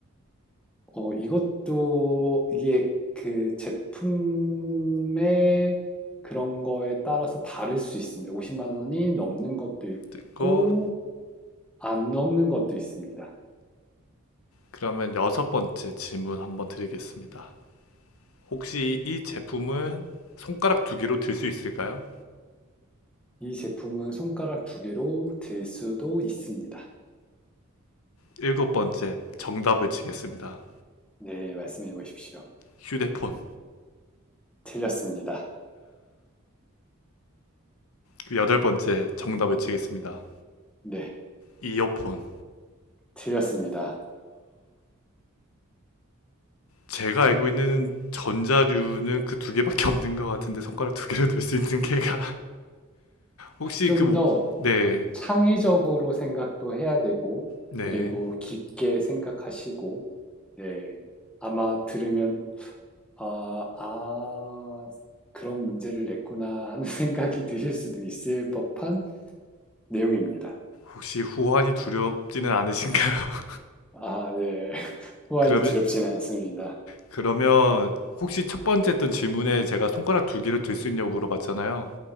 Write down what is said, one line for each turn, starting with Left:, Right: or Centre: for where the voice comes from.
Centre: 어, 이것도 이게 그 제품의 그런 거에 따라서 다를 수 있습니다. 50만 원이 넘는 것도 있고
Left: 듣고
Centre: 안 넘는 것도 있습니다.
Left: 그러면 여섯 번째 질문 한번 드리겠습니다. 혹시 이 제품은 손가락 두 개로 들 수 있을까요?
Centre: 이 제품은 손가락 두 개로 들 수도 있습니다.
Left: 일곱 번째 정답을 치겠습니다.
Centre: 네, 말씀해 보십시오.
Left: 휴대폰.
Centre: 틀렸습니다.
Left: 그 여덟 번째 정답을 치겠습니다.
Centre: 네,
Left: 이어폰.
Centre: 틀렸습니다.
Left: 제가 알고 있는 전자류는 그 두 개밖에 없는 것 같은데 손가락 두 개로 들 수 있는 <laughs> 게가 혹시
Centre: 좀더
Left: 그 모- 네,
Centre: 창의적으로 생각도 해야 되고,
Left: 네.
Centre: 그리고 깊게 생각하시고, 네. 아마 들으면, 아, 아, 그런 문제를 냈구나 하는 <laughs> 생각이 드실 수도 있을 법한 내용입니다.
Left: 혹시 후환이 두렵지는 않으신가요? <laughs>
Centre: 아, 네. 호환이
Left: 그러면
Centre: 두렵지는 않습니다.
Left: 그러면 혹시 첫 번째 했던 질문에 제가 손가락 두 개를 들 수 있냐고 물어봤잖아요.